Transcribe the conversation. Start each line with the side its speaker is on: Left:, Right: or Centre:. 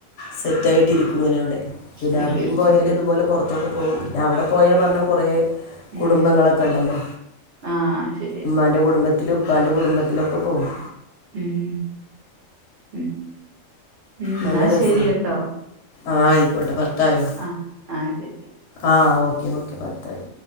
Left: സെറ്റായിട്ടിരിക്കും ങ്ങനെ അവിടെ പിന്നെ
Right: ഇരിക്കും
Left: അവിടിം പോയാല്
Right: ഉം
Left: ഇതുപോലെ പുറ റത്തൊക്കെ പോവും പിന്നെ അവിടെ പോയാ പറഞ്ഞ് കുറേ കുടുംബങ്ങളൊക്കെ
Right: ഉം
Left: ഉണ്ടല്ലോ
Right: ആ ശരിയാ
Left: മ്മാൻ ൻ്റെ കുടുംബത്തിലും ഉപ്പാന്റെ കുടുംബത്തിലൊക്കെ പോകും
Right: ഉം ഉം ഉം
Left: നല്ല
Right: എന്നാ
Left: രസ
Right: ശരി കേട്ടോ
Left: ആഹ ആയിക്കോട്ടെ പത്തായോ.
Right: ആഹ് ആഹ ശരി
Left: ആഹ് ഓക്കെ ഓക്കെ പത്തായി.